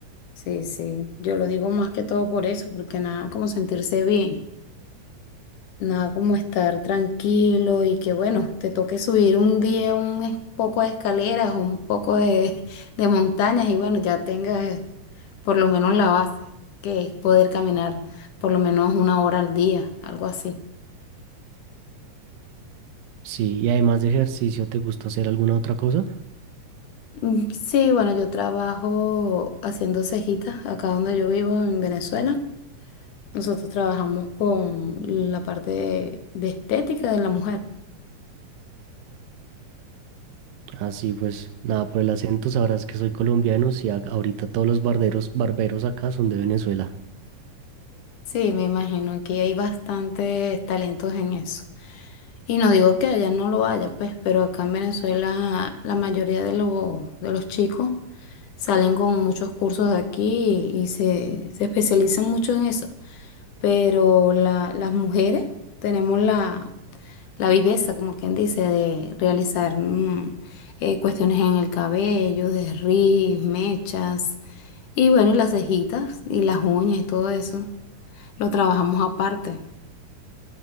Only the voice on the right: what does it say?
Sí, y además de ejercicio, ¿te gusta hacer alguna otra cosa?
Así pues, nada, por el acento sabrás que soy colombiano, sí, a- ahorita todos los barberos, barberos acá son de Venezuela.